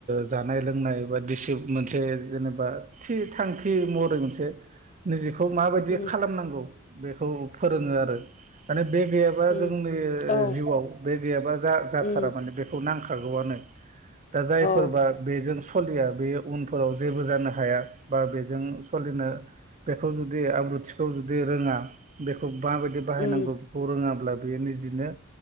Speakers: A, on the right (about 35°); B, on the left (about 35°).
A: जानाय लोंनाय बा दिसि मोनसे जेनेबा थि थांखि महरै मोनसे निजेखौ माबायदि
B: उम
A: खालामनांगौ बेखौ फोरोंङो आरो माने बे गैयाबा
B: उम
A: जोंनि
B: औ
A: जिउआव बे गैयाबा जा जाथारा
B: उम
A: माने बेखौ नांखार खारागौआनो दा जायफोरबा
B: औ
A: बेजों सलिया बे उनफोराव जेबो जानो हाया बा बेजों सलिनो बेखौ जुदि आब्रुथि खाथिखौ जुदि रोंङा बेखौ माबायदि बाहायनांगौ
B: उम
A: बेखौ रोङाब्ला बेयो निजेनो